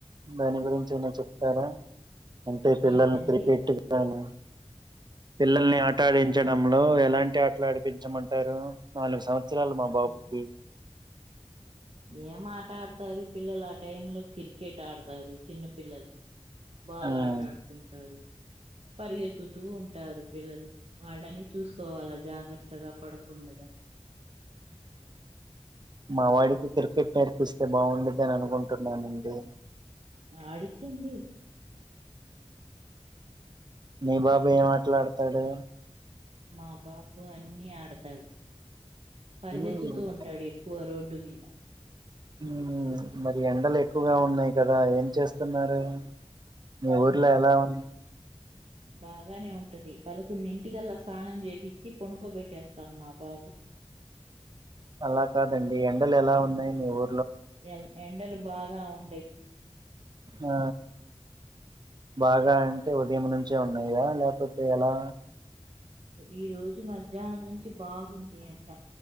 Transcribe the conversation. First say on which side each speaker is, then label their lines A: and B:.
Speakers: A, on the right; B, on the right.
A: దాని గురించి ఏన్న చెప్తార అంటే పిల్లల్ని
B: ఏంటండి
A: కిర్ కెట్టు గానీ పిల్లల్ని ఆటాడించడంలో ఎలాంటి ఆట్లు ఆడిపించమంటారు నాలుగు ఇచ్చరాల మా బాబుకి
B: ఏ ఏం ఆటాడతారు పిల్లలు ఆ టైంలో కిర్కెట్ ఆడతారు చిన్న పిల్లలు బాల్
A: మ్మ్
B: ఆట ఆడుకుంటారు పరిగెత్తుతూ టారు పిల్లలు వాళ్ళని చూసుకోవాలా జాగర్తగా పడకుండగా అది
A: మావాడికి కిర్కెట్ నేర్పిస్తే బావుండుది అని అనుకుంటున్నానండి
B: ఆడిచ్చండి
A: మీ బాబు ఏం ఆట్లాడతాడు
B: మా బాబు అన్నీ అడతాడు పరిగెత్తుతూ
A: మ్మ్
B: ఉంటాడు ఎక్కువ రోడ్డు మీద
A: మ్మ్ మరి ఎండలు ఎక్కువగా ఉన్నాయి కదా ఏం చేస్తున్నారు మీ ఊర్లో ఎలా ఉం
B: అ బాగానే ఉంటది పదకొండు ఇంటికల్లా స్నానం చేప్పిచి పొనుకో పెట్టేస్తాం మా బాబుని <inaudible>
A: అలా కాదండి ఎండలెలా ఉన్నాయి నీ ఊ
B: ఎల్ ఎండలు బాగా ఉండయి
A: ఆ బాగా అంటే ఉదయం నుంచే ఉన్నయా లేకపోతే ఎలా
B: ఈ రోజు మధ్యాహ్నం నుంచి బాగుంది ఎండ